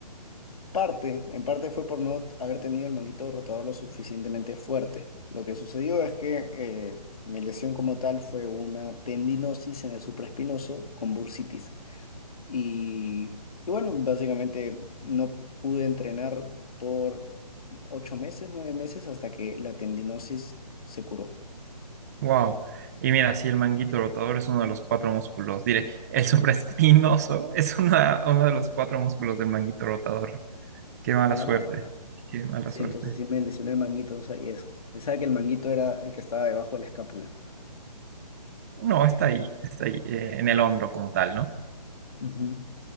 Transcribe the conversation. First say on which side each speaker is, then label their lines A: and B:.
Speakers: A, on the left; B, on the right.
A: Parte, en parte fue por no haber tenido el manguito rotador lo suficientemente fuerte. Lo que sucedió es que eh, mi lesión como tal fue una tendinosis en el supraespinoso con bursitis. Y, y bueno, básicamente no pude entrenar por ocho meses, nueve meses hasta que la tendinosis se curó.
B: Wow. Y mira, sí, el manguito rotador es uno de los cuatro músculos. Diré, el supraespinoso <laughs> es una, uno de los cuatro músculos del manguito rotador. Qué mala
A: Ah,
B: suerte. Qué mala
A: Sí,
B: suerte.
A: entonces sí me lesioné el manguito, no sabía eso. Pensaba que el manguito era el que estaba debajo de la escápula.
B: No, está ahí, está ahí, eh, en el hombro como tal, ¿no?
A: Ujú.